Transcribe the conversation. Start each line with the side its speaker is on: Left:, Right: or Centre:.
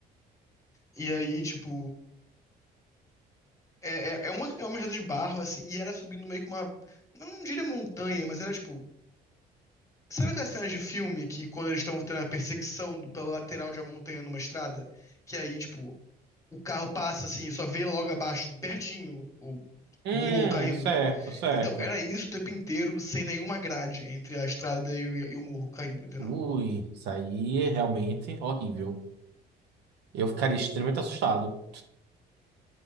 Left: e aí, tipo, é, é, é uma, é uma estrada de barro, assim, e era subindo meio que uma, não diria montanha, mas era, tipo, Sabe aquelas cenas de filme que quando eles estão tendo a perseguição do- pela lateral de uma montanha numa estrada, que aí, tipo, o carro passa assim, e só vê logo abaixo, pertinho, o,
Right: Hum,
Left: o morro caindo?
Right: certo, certo.
Left: Então, era isso o tempo inteiro, sem nenhuma grade entre a estrada e, o e o morro caindo, entendeu?
Right: Ui, isso aí é realmente horrível. Eu ficaria extremamente assustado.